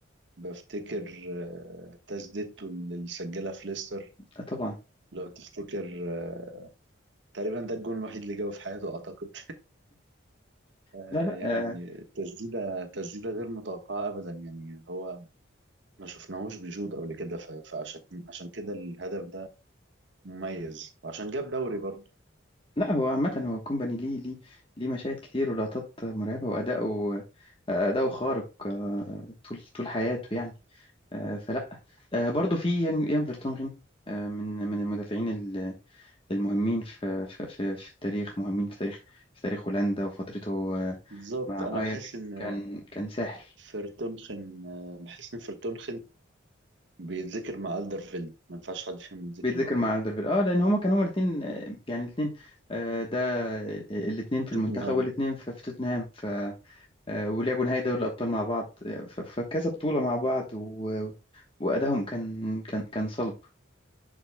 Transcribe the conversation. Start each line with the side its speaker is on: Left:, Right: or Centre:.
Right: بفتكر آه، تسديدته اللي سجلها في ليستر
Left: آه، طبعا
Right: لو تفتكر آه، تقريبا ده الجون الوحيد اللي جابه في حياته اعتقد <laughs> آه،
Left: لا لا
Right: يعني تسديده تسديده غير متوقعه ابدا يعني هو ما شفناهوش بيشوط قبل كده ف- فعشان عشان كده الهدف ده مميز وعشان جاب دوري برضه
Left: لا هو عامة هو كومباني ليه ليه ليه مشاهد كتير ولقطات مرعبة وأداؤه أداؤه خارق آه، طول طول حياته يعني آه، فلا آه، برضو في يان يان فيرتونغن آه، من من المدافعين ال- المهمين في في في في التاريخ مهمين في تاريخ في تاريخ هولندا وفترته آه،
Right: بالظبط
Left: مع
Right: انا
Left: اياكس
Right: بحس ان
Left: كان كان ساحر
Right: فرتونخن آه، بحس ان فرتونخن بيتذكر مع الدرفيلد ما ينفعش حد فيهم يتذكر
Left: بيتذكر
Right: لوحده
Left: مع الدربيل اه لان هما كانوا هما الاثنين يعني الاثنين ده الاثنين في المنتخب
Right: توتنهام
Left: والاثنين في في توتنهام آه، ولعبوا نهائي دوري الأبطال مع بعض آه، ف- فكذا بطولة مع بعض و... وأدائهم كان كان كان صلب